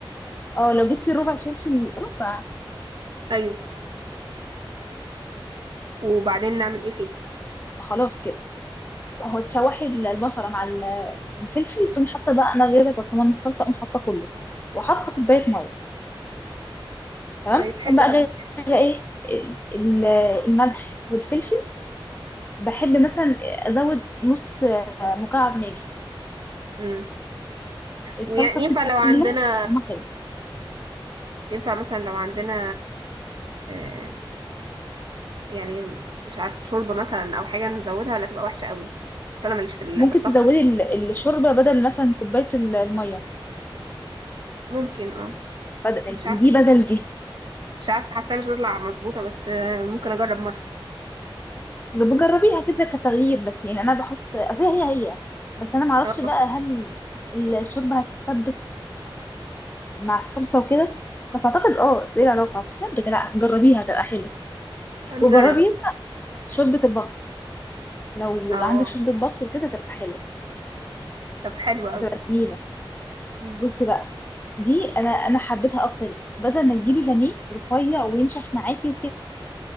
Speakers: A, on the left (about 20°); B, on the right (about 55°).
A: اه لو جبتي ربع فلفل ربع
B: أيوه وبعدين نعمل إيه فيه
A: خلاص كده بقى هو تشوحي البصله مع ال- الفلفل تقوم حاطه بقى انا جايبه برطمان الصلصه اقوم حاطه كله وحاطه كوبايه ميه تمام
B: طيب حلو
A: اقوم بقى
B: قوي
A: جايبه ايه ال- الملح والفلفل بحب مثلا ازود نص مكعب ماجي
B: امم
A: الصلصه
B: ويعني ينفع
A: بتبقى
B: لو
A: تقيله
B: عندنا
A: طعمها حلو
B: ينفع مثلا لو عندنا آه يعني مش عارف شوربة مثلا او حاجة نزودها ولا تبقى وحشة قوي بس انا ماليش في ال-
A: ممكن
B: في الطبخ
A: تزودي ال- الشوربه بدل مثلا كوبايه ال- الميه
B: ممكن اه
A: بدل
B: مش عارفة
A: دي بدل دي
B: مش عارفة حاسة مش هتطلع مظبوطة بس آه ممكن اجرب مرة
A: بجربيها كده كتغيير بس يعني انا بحط أصل هي هي هي. بس انا معرفش
B: اه
A: بقى هل الشوربه هتتسبك مع الصلصه وكده بس اعتقد اه اصل ايه العلاقه هتتسبك لا جربيها تبقى حلوه
B: اه نجرب
A: وجربي شوربه البط لو
B: اه
A: عندك شوربه بط وكده تبقى حلوه
B: طب حلو قوي
A: تبقى جميله
B: مم.
A: بصي بقى دي انا انا حبيتها اكتر بدل ما تجيبي بانيه رفيع وينشف معاكي وكده